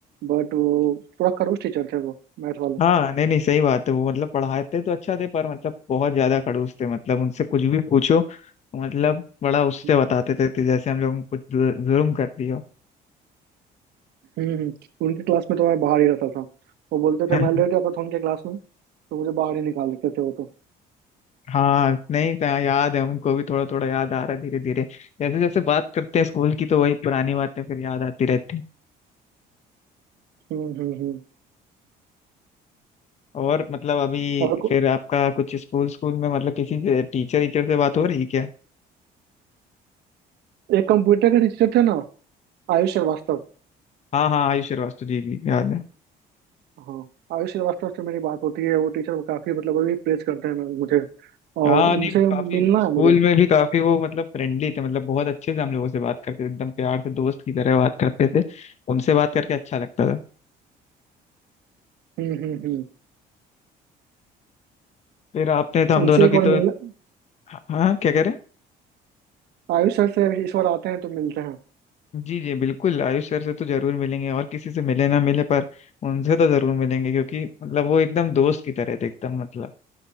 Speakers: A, on the right (about 75°); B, on the left (about 40°).
A: बट वो पूरा खड़ूस टीचर थे वो मैथ वाले
B: हाँ नहीं नहीं सही बात है वो मतलब पढ़ाते तो अच्छा थे पर मतलब बहुत ज्यादा खड़ूस थे मतलब उनसे कुछ भी पूछो मतलब बड़ा उससे
A: हम्म
B: बताते थे कि जैसे हम लोग कुछ जु- जुर्म कर दियो
A: हम्म, उनके क्लास में तो मैं बाहर ही रहता था वो बोलते
B: <laughs>
A: थे मैं लेट जाता था उनके क्लास में तो मुझे बाहर ही निकाल देते थे वो तो
B: हाँ नहीं था याद है हमको भी थोड़ा थोड़ा याद आ रहा है धीरे धीरे जैसे जैसे बात करते हैं स्कूल की तो वही पुरानी बातें फिर याद आती रहती हैं।
A: हम्म हम्म हम्म।
B: और मतलब अभी
A: और को-
B: फिर आपका कुछ स्कूल स्कूल में मतलब किसी से टीचर टीचर से बात हो रही है क्या
A: एक कंप्यूटर के टीचर थे ना आयुष श्रीवास्तव
B: हाँ हाँ आयुष श्रीवास्तव जी जी याद है
A: हाँ आयुष श्रीवास्तव से मेरी बात होती है वो टीचर काफी मतलब अभी प्रेज करते हैं मुझे
B: हाँ
A: और
B: नहीं
A: उनसे
B: वो
A: मिलना
B: काफी स्कूल
A: है मुझे
B: में भी काफी वो मतलब फ्रेंडली थे मतलब बहुत अच्छे से हम लोगों से बात करते थे एकदम प्यार से दोस्त की तरह बात करते थे उनसे बात करके अच्छा लगता था
A: हम्म हम्म हम्म
B: फिर आपने तो हम
A: उनसे
B: दोनों
A: एक
B: की
A: बार
B: तो
A: मिलना
B: हाँ हाँ, क्या करें
A: आयुष सर से इस बार आते हैं तो मिलते हैं
B: जी जी बिल्कुल आयुष सर से तो जरूर मिलेंगे और किसी से मिले ना मिले पर उनसे तो जरूर मिलेंगे क्योंकि मतलब वो एकदम दोस्त की तरह थे एकदम मतलब